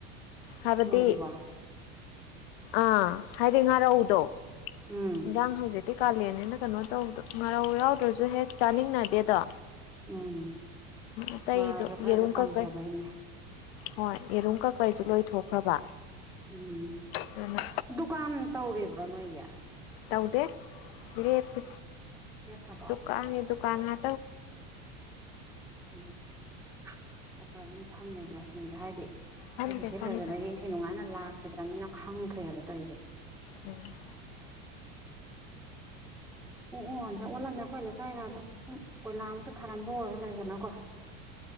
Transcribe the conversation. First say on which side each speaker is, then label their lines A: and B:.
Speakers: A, on the left; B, in the centre.
A: ꯍꯥꯏꯕꯗꯤ
B: ꯅꯣꯏꯗꯤ ꯋꯥ
A: ꯑꯥ ꯍꯥꯏꯗꯤ ꯉꯥꯔꯧꯗꯣ
B: ꯎꯝ
A: ꯏꯟꯖꯥꯡ ꯍꯧꯖꯤꯛꯇꯤ ꯀꯥꯂꯦꯟꯅꯦꯅ ꯀꯩꯅꯣ ꯇꯧꯗꯣ ꯃꯔꯧ ꯌꯥꯎꯗ꯭ꯔꯁꯨ ꯍꯦꯛ ꯆꯥꯅꯤꯡꯅꯗꯦꯗꯣ
B: ꯎꯝ
A: ꯑꯇꯩꯗꯣ
B: ꯕꯣꯔꯥꯁꯨ ꯈꯔꯁꯨ
A: ꯌꯦꯔꯨꯝ
B: ꯄꯥꯝꯖꯕꯩꯅꯦ
A: ꯀꯀꯩ ꯍꯣꯏ ꯌꯦꯔꯨꯝ ꯀꯛꯀꯩꯁꯨ ꯂꯣꯏꯊꯣꯛꯈ꯭ꯔꯕ
B: ꯎꯝ
A: ꯑꯗꯨꯅ
B: ꯗꯨꯀꯥꯟ ꯇꯧꯔꯤꯕ꯭ꯔꯣ ꯅꯣꯏꯒꯤ
A: ꯇꯧꯗꯦ ꯂꯦꯞꯄꯤ
B: ꯂꯦꯞꯈ꯭ꯔꯕꯣ
A: ꯗꯨꯀꯥꯟꯅꯤ ꯗꯨꯀꯥꯟ ꯉ
B: ꯎꯝ ꯈꯔ ꯈꯔ ꯑꯗꯨꯝ ꯊꯝꯃꯦꯕ꯭ꯔꯥ ꯁꯤꯅꯤꯗ ꯍꯥꯏꯗꯤ
A: ꯐꯝꯗꯦ
B: ꯑꯩꯁꯨ ꯁꯤ
A: ꯐꯝꯗꯦ
B: ꯂꯩꯕꯗꯒꯤ ꯏꯟꯊꯤ ꯅꯨꯡꯉꯥꯏꯅ ꯂꯥꯛꯈꯤꯗ꯭ꯔꯕꯅꯤꯅ ꯈꯪꯗ꯭ꯔꯦꯕ ꯇꯧꯔꯤꯁꯦ
A: ꯎꯝ
B: ꯑꯣ ꯑꯣ ꯍꯦꯛ ꯑꯣꯜꯂꯝꯃꯦ ꯑꯩꯈꯣꯏ ꯂꯩꯀꯥꯏꯗ ꯑꯗꯨꯣ ꯁꯨꯝ ꯀꯣꯏꯂꯥ ꯑꯃꯨꯛꯇ ꯊꯥꯔꯝꯕ ꯑꯣꯏꯔꯣ ꯂꯩꯗꯅꯀꯣ